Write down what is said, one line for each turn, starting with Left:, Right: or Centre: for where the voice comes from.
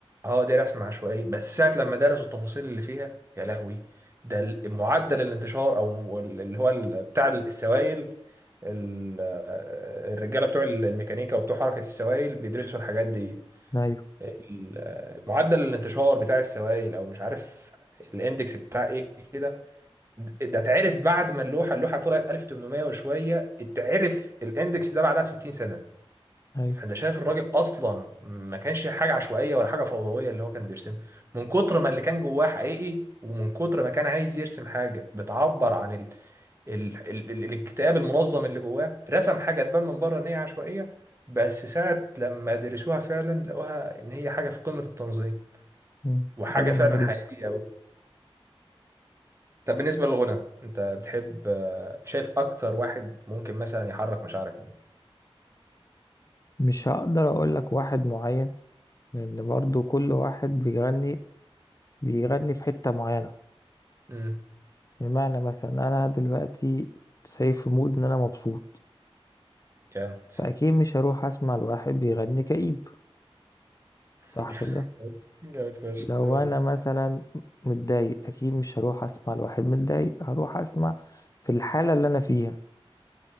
Right: اه دي رسم عشوائي بس ساعة لما درسوا التفاصيل اللي فيها يا لهوي ده ال- معدل الانتشار او م- اللي هو ال- بتاع السوائل ال- الرجالة بتوع الميكانيكا وبتوع حركة السوائل بيدرسوا الحاجات دي
Left: أيوه
Right: ال- معدل الانتشار بتاع السوائل او مش عارف الاندكس بتاع ايه كده ده اتعرف بعد ما اللوحه اللوحه طلعت 1800 وشويه اتعرف الاندكس ده بعدها ب 60 سنه
Left: أيوه
Right: فانت شايف الراجل اصلا ما كانش حاجه عشوائيه ولا حاجه فوضويه اللي هو كان بيرسمها من كتر ما اللي كان جواه حقيقي ومن كتر ما كان عايز يرسم حاجه بتعبر عن ال... ال... ال... ال... الاكتئاب المنظم اللي جواه رسم حاجه تبان من بره ان هي عشوائيه بس ساعة لما درسوها فعلا لقوها إن هي حاجة في قمة التنظيم
Left: مم.
Right: وحاجة
Left: حاجة
Right: فعلا
Left: مدروسة
Right: حقيقية أوي طب بالنسبة للغنى أنت بتحب آه، شايف أكتر واحد ممكن مثلا يحرك مشاعرك مين؟
Left: مش هقدر اقول لك واحد معين لان برضو كل واحد بيغني بيغني في حتة معينة
Right: امم
Left: بمعنى مثلا انا دلوقتي سايب في مود ان انا مبسوط
Right: جامد
Left: فاكيد مش هروح اسمع لواحد بيغني كئيب صح
Right: <laughs>
Left: كده
Right: جامد فشخ
Left: لو
Right: تمام
Left: انا مثلا متضايق اكيد مش هروح اسمع لواحد متضايق هروح اسمع في الحالة اللي انا فيها